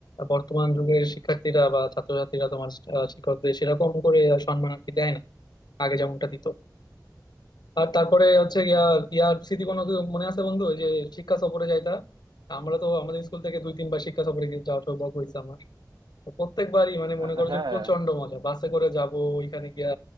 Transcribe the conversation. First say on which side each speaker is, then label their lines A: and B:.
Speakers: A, on the left; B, on the right.
A: বর্তমান যুগের শিক্ষার্থীরা বা ছাত্রছাত্রীরা তোমার আহ, শিক্ষকদের সেরকম করে সম্মান আর কি দেয় না আগে যেমনটা দিত আর তারপরে হচ্ছে গিয়া
B: হ্যাঁ
A: ইয়ার স্মৃতি কোনো কি মনে আছে বন্ধু ওই যে শিক্ষা সফরে যাইতা আমরা তো আমাদের স্কুল থেকে দুই তিনবার শিক্ষা সফরে গিয়ে যাওয়ার সৌভাগ্য হয়েছে আমার তো প্রত্যেকবারই মানে
B: আহ,
A: মনে করো
B: হ্যাঁ
A: যে প্রচন্ড মজা বাসে করে যাব ওইখানে গিয়া